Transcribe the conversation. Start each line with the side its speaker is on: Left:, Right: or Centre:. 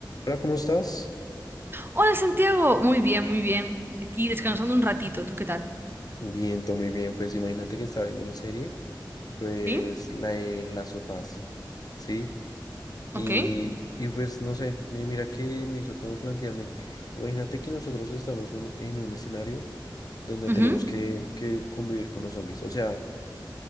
Left: Hola, ¿cómo estás?
Right: Hola Santiago, muy bien, muy bien. Aquí descansando un ratito, ¿tú qué tal?
Left: Bien, todo muy bien. Pues imagínate que estaba viendo una serie, pues
Right: ¿Sí?
Left: la de Las sofás, ¿sí? Y,
Right: ¿Ok?
Left: y pues no sé, mi- mira que me hizo como plantearme. Imagínate que nosotros estamos un- en un escenario donde
Right: Ujú.
Left: tenemos que, que convivir con los zombies. O sea,